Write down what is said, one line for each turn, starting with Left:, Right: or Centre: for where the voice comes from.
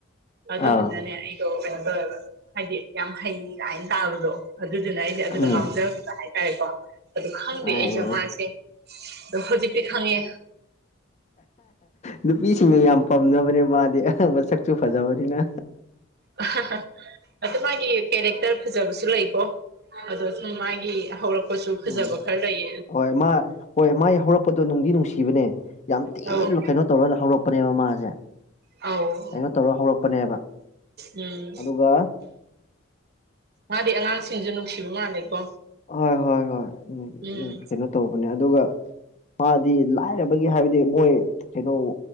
Right: ꯑꯗꯨꯗꯨꯅꯅꯦ
Left: ꯑꯥ
Right: ꯑꯩꯗꯣ ꯀꯩꯅꯣ ꯇꯧꯋꯦꯕ ꯍꯥꯏꯗꯤ ꯌꯥꯝ ꯍꯩ ꯀꯥꯏꯅ ꯇꯥꯕꯗꯣ ꯑꯗꯨꯗꯨꯅ ꯑꯩꯁꯦ ꯑꯗꯨꯗ
Left: ꯎꯝ
Right: ꯉꯥꯎꯖꯈꯤꯕ ꯍꯥꯏꯇꯥꯔꯦꯀꯣ ꯑꯗꯨ ꯈꯪꯗꯦ
Left: ꯑꯩ
Right: ꯑꯩꯁꯦ ꯃꯥꯁꯦ ꯑꯗꯨ ꯍꯧꯖꯤꯛꯇꯤ ꯈꯉꯦ
Left: ꯅꯨꯄꯤꯁꯤꯡꯅ ꯌꯥꯝ ꯄꯥꯝꯅꯕꯅꯦ ꯃꯥꯗꯤ ꯑꯍ ꯃꯁꯛꯁꯨ ꯐꯖꯕꯅꯤꯅ
Right: <unintelligible> ꯑꯗꯨ ꯃꯥꯒꯤ ꯀꯦꯔꯦꯛꯇꯔ ꯐꯖꯕꯁꯨ ꯂꯩꯀꯣ ꯑꯗꯣ ꯁꯨꯝ ꯃꯥꯒꯤ ꯍꯧꯔꯛꯄ ꯁꯨ ꯐ ꯈꯖꯥ
Left: ꯎꯝ
Right: ꯈꯔ ꯂꯩ
Left: ꯍꯣꯏ ꯃꯥ ꯍꯣꯏ ꯃꯥ ꯍꯧꯔꯛꯄꯗꯣ ꯅꯨꯡꯗꯤ ꯅꯨꯡꯁꯤꯕꯅꯦ ꯌꯥꯝ ꯊꯤꯅ
Right: ꯑꯧ
Left: ꯀꯩꯅꯣ ꯇꯧꯔ ꯍꯧꯔꯛꯄ ꯅꯦꯦꯕ ꯃꯥꯖꯦ
Right: ꯑꯧ
Left: ꯀꯩꯅꯣ ꯇꯧꯔ ꯍꯧꯔꯛꯄꯅꯦꯕ
Right: ꯎꯝ
Left: ꯑꯗꯨꯒ
Right: ꯃꯥꯗꯤ ꯑꯉꯥꯡꯁꯤꯡꯁꯨ ꯅꯨꯡꯁꯤꯕ ꯃꯥꯜꯂꯦꯀꯣ
Left: ꯍꯣꯏ ꯍꯣꯏ ꯍꯣꯏ
Right: ꯎꯝ
Left: ꯀꯩꯅꯣ ꯇꯧꯕꯅꯦ ꯑꯗꯨꯒ ꯃꯥꯗꯤ ꯂꯥꯏꯔꯕꯒꯤ ꯍꯥꯏꯕꯗꯤ ꯃꯣꯏ ꯀꯩꯅꯣ